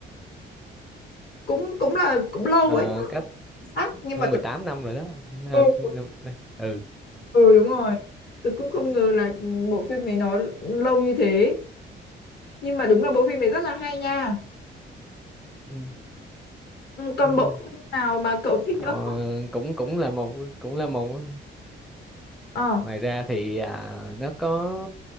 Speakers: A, on the left; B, in the centre.
A: cũng cũng là cũng lâu
B: ờ,
A: ấy tớ
B: cách
A: không chính xác nhưng
B: hơn
A: mà tớ
B: 18 năm rồi đó Nên-
A: ừ,
B: ừ
A: ừ đúng rồi tớ cũng không ngờ là bộ phim này nó lâu như thế nhưng mà đúng là bộ phim này rất là hay nha
B: Ừ.
A: Ừ, còn
B: Ừ.
A: bộ phim nào mà cậu thích
B: Ờ,
A: nữa không
B: cũng cũng là một cũng là một
A: ờ
B: ngoài ra thì à, nó có